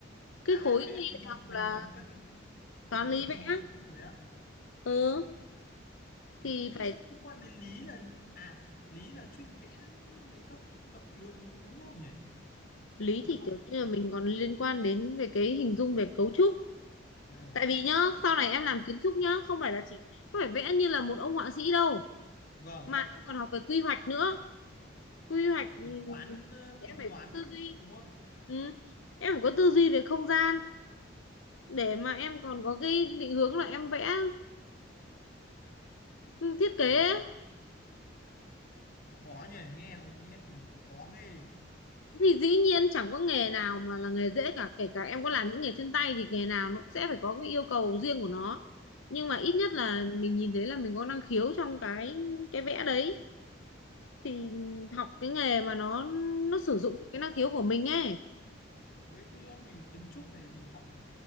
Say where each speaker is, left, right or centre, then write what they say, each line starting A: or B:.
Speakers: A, on the left; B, on the left.
A: cái
B: à
A: khối
B: vẽ
A: thi
B: hình
A: đại
B: hộp
A: học là
B: hình hộp các hình
A: toán
B: hình
A: lý
B: các
A: vẽ
B: hình hộp người á
A: ừ thì
B: à, nhưng
A: phải
B: mà sao liên quan đến lý là à lý là chuyên vẽ mấy các cái động lượng đúng không nhỉ
A: lý
B: Từ lâu
A: thì
B: rồi.
A: kiểu như là mình còn liên quan đến về cái hình dung về cấu trúc
B: à
A: tại vì nhá sau này em làm kiến trúc nhá không phải là chỉ không phải vẽ như là một ông họa sĩ đâu
B: vâng
A: mà em còn học về quy hoạch nữa quy hoạch
B: Phải
A: ừ,
B: tính toán ờ,
A: thì em
B: tính
A: phải
B: toán
A: có tư duy
B: đúng không
A: ừ. em phải có tư duy về không gian để mà em còn có cái định hướng là em vẽ ừ, thiết kế
B: vâng
A: ấy.
B: khó nhỉ nghe nghe chừng khó ghê
A: thì dĩ nhiên chẳng có nghề nào mà là nghề dễ cả kể cả em có làm những nghề chân tay thì nghề nào nó cũng sẽ phải có cái yêu cầu riêng của nó nhưng mà
B: vâng
A: ít nhất là mình nhìn thấy là mình có năng khiếu trong cái cái vẽ đấy thì
B: à.
A: học cái nghề mà nó nó
B: Nhưng
A: sử
B: mà
A: dụng được cái năng khiếu của mình ấy
B: mấy cái ngành kiến trúc này thì học